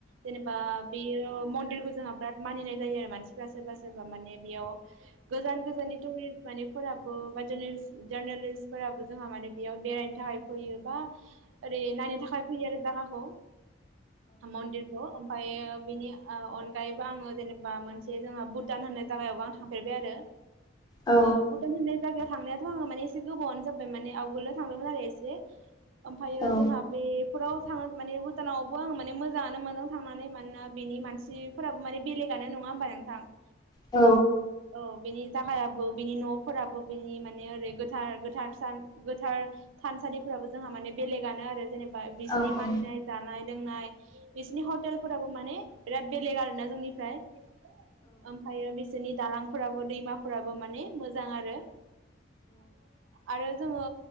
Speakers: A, on the right (about 85°); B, on the left (about 20°).
A: जेनेबा बेयो मन्दिर जोंहा बेराद मानिनाय जायो आरो मानसि फोरबा सोरबा माने बेयाव गोजान गोजान <unintelligible> फोराबो बा जार्नेलिस जार्नेलिस्टफोराबो जोंहा माने बेयाव बेरायनो थाखाय फैयो बा ओरै नायनो थाखाय फैयो आरो जायागाखौ। मन्दिरखौ ओम ओमफ्रायो बिनि ओ अनगायैबो आंङो जेनेबा मोनसे जोंहा भुटान होननाय जगायावबो आं थांफेरबाय आरो।
B: औ
A: ओ भुटान होननाय जायगायाव थांनायाथ' आङो माने एसे गोबावनो जाबाय माने आवगोलल' थांदोंमोन आरो एसे। ओमफ्रायो
B: औ
A: जोंहा बेफोराव थाङ माने भुटानावबो आं माने मोजां मोजांङानो मोनदों थांनानै मानोना बेनि मानसिफोराबो माने बेलेगनो नङा होमबा नोंथां?
B: औ
A: औ बेनि जायगायाबो बिनि न'फोराबो बिनि माने ओरै गोथार गोथारसान गोथार था थानसालिफोराबो जोंहा माने बेलेगआनो आरो जेनेबा बिसिनि
B: हागोन
A: मानिनाय जानाय लोंनाय बिसिनि हटेलफोराबो माने बिराद बेलेग आरोना जोंनिफ्राय ओमफ्रायायो बे बिसोरनि दालांफोराबो दैमाफोराबो माने मोजां आरो। आरो जोंङो